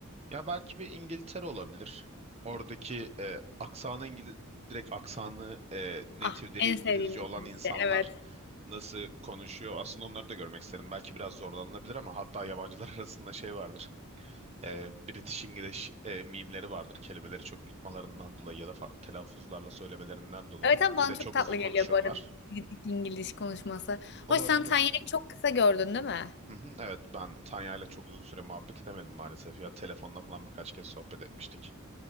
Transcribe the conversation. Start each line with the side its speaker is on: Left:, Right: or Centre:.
Right: Ya belki bir İngiltere olabilir. Oradaki e, aksanı İngiliz direkt aksanı e, native
Left: Ah,
Right: dili
Left: en
Right: İngilizce
Left: sevdiğim İngilizce.
Right: olan insanlar
Left: Evet.
Right: nasıl konuşuyor? Aslında onları da görmek isterim. Belki biraz zorlanılabilir ama hatta yabancılar <laughs> arasında şey vardır. E, British English e, mimleri vardır. Kelimeleri çok yutmalarından dolayı ya da farklı telaffuzlarla söylemelerinden dolayı.
Left: Evet ama
Right: Bir
Left: bana
Right: de
Left: çok
Right: çok
Left: tatlı
Right: hızlı konuşurlar.
Left: geliyor bu arada İngiliz konuşması.
Right: Olabilir.
Left: Hoş sen Tanya'yı çok kısa gördün değil mi?
Right: Hı hı, evet ben Tanya'yla çok uzun süre muhabbet edemedim maalesef. Ya telefonla falan birkaç kez sohbet etmiştik.